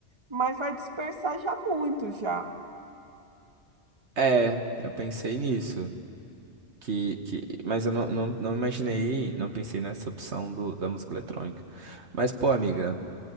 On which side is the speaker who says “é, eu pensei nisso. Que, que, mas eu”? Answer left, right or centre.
Right